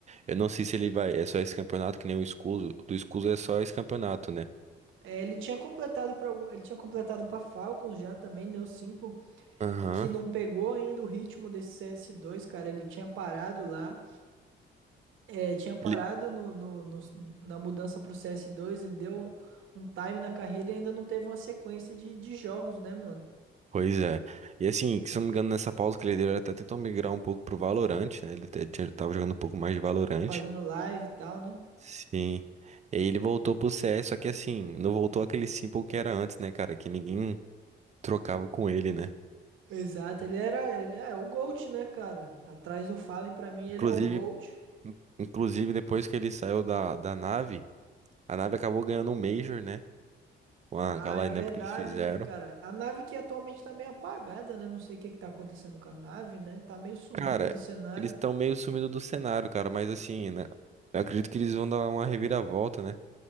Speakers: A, on the right; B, on the right.
A: Eu não sei se ele vai, é só esse campeonato, que nem o Escuso, do Escuso é só esse campeonato, né?
B: É, ele tinha completado para ele tinha completado para Falcons já também, né, o Simple,
A: Aham.
B: que não pegou ainda o ritmo desse C s 2 cara. Ele tinha parado lá, é, tinha parado
A: Ele...
B: no, no- no- na mudança pro C s 2 ele deu um time na carreira e ainda não teve uma sequência de, de jogos, né, mano?
A: Pois é. E assim, que se eu não me engano, nessa pausa que ele deu, ele até tentou migrar um pouco pro Valorant, né? Ele até tinha- tava jogando um pouco mais de Valorant.
B: Fazendo live e tal, né?
A: Sim. E aí ele voltou pro C CS, só que assim, não voltou aquele Simple que era antes, né, cara? Que ninguém trocava com ele, né?
B: Exato, ele era, ele é o GOAT, né, cara? Atrás do Fallen, pra mim, ele
A: Inclusive,
B: é o GOAT.
A: inclusive depois que ele saiu da, da nave. A nave acabou ganhando um Major, né? Com
B: Ah,
A: a, com a
B: é
A: lineup
B: verdade,
A: que eles fizeram.
B: né, cara? A nave que atualmente tá meio apagada, né? Não sei o que que tá acontecendo com a nave, né? Tá meio sumida
A: Cara,
B: do cenário.
A: eles estão meio sumindo do cenário, cara. Mas assim, né? Eu acredito que eles vão dar uma reviravolta, né?